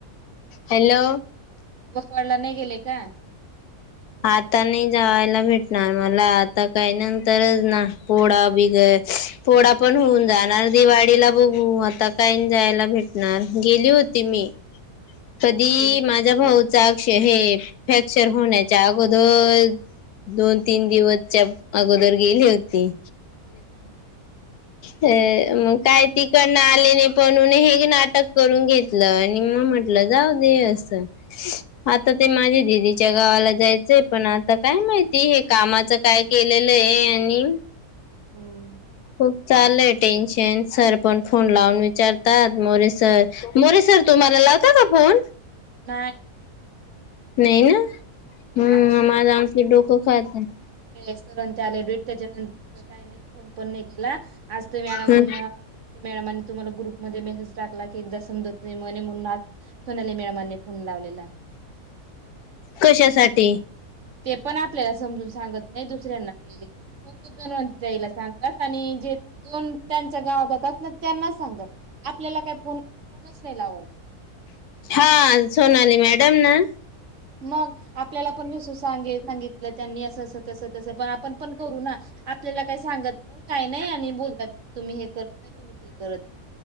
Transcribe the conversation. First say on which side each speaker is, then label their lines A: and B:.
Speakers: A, on the left (about 80°); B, on the right (about 55°).
A: हॅलो
B: बस्तवड ला नाही गेले का?
A: आता नाही जायला भेटणार मला आता काही नंतरच ना पोळा बिगर पोडा पण होऊन जाणार दिवाळीला बघू आता काही जायला भेटणार गेली होती मी कधी
B: गेले
A: माझ्या भाऊचा हे फॅक्चर होण्या अगोदर दोन तीन दिवसच्या अगोदर गेली होती.
B: <unintelligible>
A: अ मग काय तिकडन आले नाही पण हे नाटक करून घेतलं आणि मग म्हट जाऊ दे अस आता ते माझ्या दिदीच्या गावाला जायचंय पण आता काय माहिती हे कामाच काय केलेलं आहे आणि
B: हम्म
A: खूप चालय टेन्शन सर पण फोन लावून विचारतात मोरे सर मोरे सर तुम्हाला लावता का फोन?
B: नाय
A: नाही ना
B: <unintelligible>
A: हम्म
B: हे
A: माझं आमचं डोकं खातं.
B: सरांच्या आल्या भेट मध्ये त्याच्यातलं तर काही नाही फोन पण नाही केला आज ते मॅडम
A: हं.
B: मॅडमांनी तुम्हाला ग्रुप मध्ये मेसेज टाकला की एकदा समजत नाही म्हणे म्हणून आ सोनाली मॅडमांनी फन लावलेला
A: कशासाठी?
B: ते पण आपल्याला समजून सांगत नाही दुसऱ्यांना पण मग तो दोनवंत जाईला सांगतात आणि जे दोन त्यांच्या गावात जातात ना त्यांना सांगतात आपल्याला काही फोन फोनच नाही लावात.
A: हा सोनाली मॅडम ना
B: मग आपल्याला पण विस सांगे सांगितलं त्यांनी असं असं तसं तस पण आपण पण करू ना, आपल्याला काही सांगत नाही काही नाही आणि बोलतात तुम्ही हे करत नाही तुम्ही ते करत नाही.